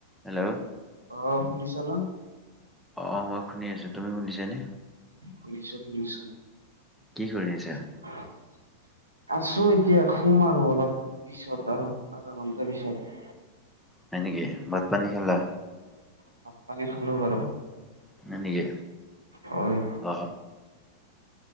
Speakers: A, in the centre; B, on the right.
A: Hello.
B: অ শুনিছ নহয়?
A: অ মই শুনি আছো। তুমি শুনিছানে?
B: শুনিছো শুনিছো।
A: কি কৰি আছা?
B: <unintelligible> আছো এতিয়া শুম আৰু অলপ পিছত আৰু আধা ঘন্টা পিছত।
A: হয় নিকি? ভাত পানী খালা
B: উম, ভাত-পানী খালো বাৰু।
A: হয় নিকি
B: হয়
A: অ।